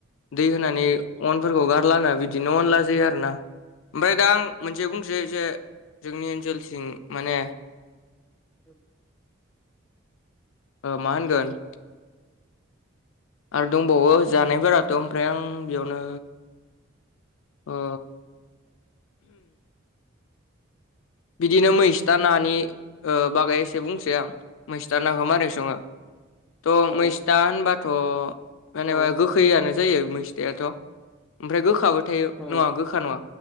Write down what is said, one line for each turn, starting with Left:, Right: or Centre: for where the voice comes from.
Left: दै होनानै अनफोरखौ गारला होना बिदिनो अन ला जायो आरो ना ओमफ्राय दा आं मोनसे बुंस जे जे जोंनि ओनसोलथिं माने
Centre: जोब
Left: ओ मा होनगोन आरो दंबावो जानायफोराथ' ओमफ्राय आं बेयावनो अ बिदिनो मैसथा नानि ओ बागै एसे बुंसै आं मैस्था नाखौ मारोरै सङो थ'
Centre: औ
Left: मैस्था होनबा थ' जेनेबा
Centre: औ
Left: गोखैयानो जायो मैस्थायेथ' ओमफ्राय गोखाबो
Centre: औ
Left: नङा गोखा नङा